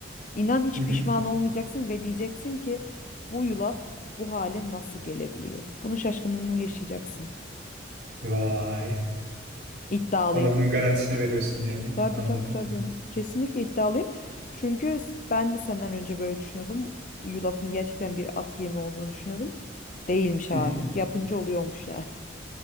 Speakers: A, on the left; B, on the right.
A: İnan hiç
B: Hı hı.
A: pişman olmayacaksın ve diyeceksin ki bu yulaf bu hale nasıl gelebiliyor? Bunun şaşkınlığını yaşayacaksın.
B: Vay.
A: İddialıyım.
B: Bana bunun garantisini veriyorsun yani.
A: Tabii
B: Anladım.
A: tabii tabii. Kesinlikle iddialıyım. Çünkü s- ben de senden önce böyle düşünüyordum. Yulafın gerçekten bir at yemi olduğunu düşünüyordum. Değilmiş
B: <laughs>
A: abi. Yapınca oluyormuş yani.